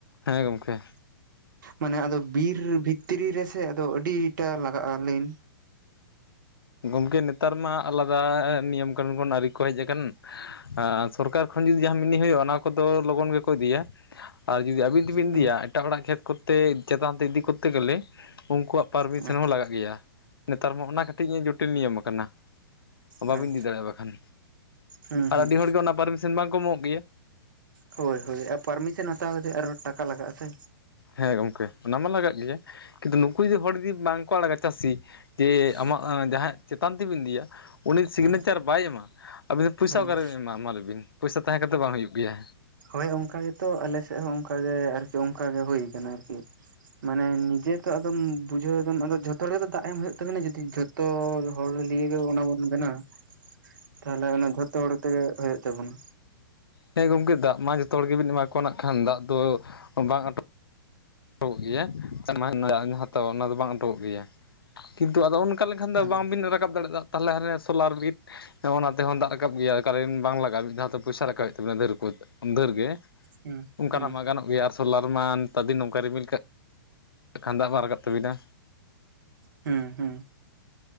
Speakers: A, on the left; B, on the right.
A: ᱦᱮᱸ ᱜᱚᱢᱠᱮ
B: <inaudible> ᱢᱟᱱᱮ ᱟᱫᱚ ᱵᱤᱨ ᱵᱷᱤᱛ ᱛᱨᱤ ᱨᱮᱥᱮ ᱟᱫᱚ ᱟᱹᱰᱤ ᱴᱟ ᱞᱟᱜᱟᱜ-ᱟ ᱞᱟᱹᱭᱤᱱ
A: ᱜᱚᱝᱠᱮ ᱱᱮᱛᱟᱨ ᱢᱟ ᱟᱞᱟᱫᱟ ᱱᱤᱭᱚᱢ-ᱠᱟᱹᱱᱩᱱ ᱵᱚᱱ ᱟᱨᱤ ᱠᱚ ᱦᱮᱡ ᱟᱠᱟᱱ ᱦᱟᱸ ᱥᱚᱨᱠᱟᱨ ᱠᱷᱚᱱ ᱡᱩᱫᱤ ᱡᱟᱦᱟᱸ ᱢᱤᱱᱤ ᱦᱩᱭᱩᱜ-ᱟ ᱚᱱᱟ ᱠᱚᱫᱚ ᱞᱚᱜᱚᱱ ᱜᱮᱠᱚ ᱤᱫᱤᱭᱟ ᱟᱨ ᱡᱩᱫᱤ ᱟᱹᱵᱤᱱ ᱛᱮᱵᱤᱱ
B: ᱦᱮᱸ
A: ᱤᱫᱤᱭᱟ ᱮᱴᱟᱜ ᱦᱚᱲᱟᱜ ᱠᱷᱮᱛ ᱠᱚᱛᱮ ᱪᱮᱛᱟᱱ ᱛᱮ ᱤᱫᱤ ᱠᱚᱛᱮ ᱜᱮᱞᱮ ᱩᱱᱠᱩᱣᱟᱜ ᱯᱟᱨᱢᱤᱥᱚᱱ
B: ᱦᱮᱸ
A: ᱦᱚᱸ ᱞᱟᱜᱟᱜ ᱜᱮᱭᱟ ᱱᱮᱛᱟᱨ ᱢᱟ ᱚᱱᱟ ᱠᱷᱟᱹ ᱴᱤᱡ ᱡᱩᱴᱤᱱ ᱱᱤᱭᱚᱢ ᱟᱠᱟᱱᱟ ᱵᱟᱹᱵᱤᱱ
B: ᱦᱮᱸ
A: ᱤᱫᱤ ᱫᱟᱲᱮᱭᱟᱜ-ᱟ ᱵᱟᱠᱷᱟᱱ
B: ᱦᱮᱸ ᱦᱮᱸ
A: ᱟᱨ ᱟᱹᱰᱤ ᱦᱚᱲᱜᱮ ᱚᱱᱟ ᱯᱟᱨᱢᱮᱥᱮᱱ ᱵᱟᱝ ᱠᱚ ᱮᱢᱚᱜ ᱜᱮᱭᱟ
B: ᱦᱚᱭ ᱦᱚᱭ ᱟᱨ ᱯᱟᱨᱢᱤᱥᱮᱱ ᱦᱟᱛᱟᱣ ᱠᱟᱛᱮᱜ ᱟᱨᱦᱚᱸ ᱴᱟᱠᱟ ᱞᱟᱜᱟᱜᱼᱟ ᱥᱮ
A: ᱦᱮᱸ ᱜᱚᱝᱠᱮ ᱚᱱᱟ ᱢᱟ ᱞᱟᱜᱟᱜ ᱜᱮᱭᱟ ᱠᱤᱱᱛᱩ ᱱᱩᱠᱩ ᱡᱮ ᱦᱚᱲ ᱫᱤᱵᱽ ᱵᱟᱝᱠᱚ ᱟᱲᱟᱜᱟ ᱪᱟᱹᱥᱤ ᱦᱮ
B: ᱦᱮᱸ
A: ᱟᱢᱟᱜ ᱡᱟᱦᱟᱸᱭᱟᱜ ᱪᱮᱛᱟᱱ ᱛᱮᱵᱤᱱ ᱤᱫᱤᱭᱟ ᱩᱱᱤ ᱥᱤᱜᱽᱱᱮᱪᱟᱨ
B: ᱦᱮᱸ
A: ᱵᱟᱭ ᱮᱢᱟ ᱟᱹᱵᱤᱱ ᱫᱚ ᱯᱩᱭᱥᱟ
B: ᱦᱮᱸ
A: ᱚᱠᱟᱨᱮᱵᱤᱱ ᱧᱟᱢᱟ ᱢᱟ ᱞᱟᱹᱭᱵᱤᱱ ᱯᱩᱭᱥᱟᱹ ᱛᱟᱦᱮᱸ ᱠᱟᱛᱮ ᱵᱟᱝ ᱦᱩᱭᱩᱜ ᱜᱮᱭᱟ
B: ᱦᱚᱭ ᱚᱱᱠᱟ ᱜᱮᱛᱚ ᱟᱞᱮ ᱥᱮᱫ ᱦᱚᱸ ᱚᱱᱠᱟ ᱜᱮ ᱟᱨᱠᱤ ᱚᱱᱠᱟ ᱜᱮ ᱦᱩᱭ ᱟᱠᱟᱱᱟ ᱟᱨᱠᱤ ᱢᱟᱱᱮ ᱱᱤᱡᱮ ᱛᱚ ᱟᱫᱚᱢ ᱵᱩᱡᱷᱟᱹᱣ ᱮᱫᱟᱢ ᱡᱷᱚᱛᱚ ᱦᱚᱲ ᱛᱟᱜ ᱮᱢ ᱦᱩᱭᱩᱜ ᱛᱟᱹᱵᱤᱱᱟ ᱡᱩᱫᱤ ᱡᱚᱛᱚ ᱦᱚᱲ ᱫᱚ ᱱᱤᱭᱟᱹ ᱜᱮ ᱚᱱᱟ ᱵᱚᱱ ᱵᱮᱱᱟᱜ-ᱟ ᱛᱟᱦᱞᱮ ᱚᱱᱟ ᱡᱷᱚᱛᱚ ᱦᱚᱲ ᱛᱮᱜᱮ ᱦᱩᱭᱩᱜ ᱛᱟᱵᱚᱱᱟ
A: ᱦᱮᱸ ᱜᱚᱝᱠᱮ ᱫᱟᱜ ᱢᱟ ᱡᱚᱛᱚ ᱦᱚᱲ ᱜᱮᱵᱤᱱ ᱮᱢᱟ ᱠᱚᱣᱟ ᱚᱱᱟ ᱠᱷᱟᱱ ᱫᱟᱜ ᱫᱚ ᱵᱟᱝ ᱟᱴᱚᱠ ᱜᱮᱭᱟ <unintelligible> ᱚᱱᱟ ᱫᱚ ᱵᱟᱝ ᱩᱴᱚᱠᱚᱜ ᱜᱮᱭᱟ ᱠᱤᱱᱛᱩ ᱟᱫᱚ ᱚᱱ ᱚᱱᱠᱟ ᱞᱮᱠᱷᱟᱱ
B: ᱦᱮᱸ
A: ᱫᱚ ᱵᱟᱝᱵᱤᱱ ᱨᱟᱠᱟᱵ ᱫᱟᱲᱮᱭᱟᱜ ᱫᱚ ᱛᱟᱦᱞᱮ ᱦᱟᱱᱮ ᱥᱚᱞᱟᱨ ᱵᱤᱫ ᱚᱱᱟ ᱛᱮᱦᱚᱸ ᱫᱟᱜ ᱨᱟᱠᱟᱵ ᱜᱮᱭᱟ ᱠᱟᱨᱮᱱᱴ ᱵᱟᱝ ᱞᱟᱜᱟᱜ-ᱟ ᱢᱤᱫᱷᱟᱣ ᱛᱮ ᱯᱩᱭᱥᱟ ᱨᱟᱠᱟᱵ ᱦᱩᱭᱩᱜ ᱛᱟᱹᱵᱤᱱᱟ ᱩᱫᱷᱟᱹᱨ ᱠᱚ ᱩᱫᱷᱟᱹᱨ ᱜᱮ
B: ᱦᱮᱸ
A: ᱚᱱᱠᱟᱱᱟᱜ
B: ᱦᱮᱸ
A: ᱢᱟ ᱜᱟᱱᱚᱜ ᱜᱮᱭᱟ ᱟᱨ ᱥᱳᱞᱟᱨ ᱢᱟ ᱱᱮᱛᱟᱨ ᱫᱤᱱ ᱱᱚᱝᱠᱟ ᱱᱚᱝᱠᱟ ᱨᱤᱢᱤᱞ ᱠᱷᱟᱜ ᱠᱷᱟᱱ ᱫᱟᱜ ᱢᱟ ᱨᱟᱠᱟᱵ ᱛᱟᱹᱵᱤᱱᱟ
B: ᱦᱩᱸ ᱦᱩᱸ